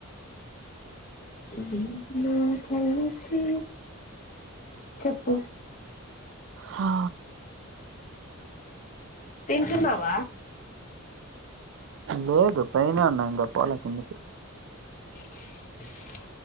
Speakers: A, on the left; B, on the right.
A: నిన్ను పిలిచి చెప్పు
B: హా
A: తింటున్నావ
B: లేదు పైనే ఉన్నా ఇంగ పోలే కిందకి
A: <inaudible>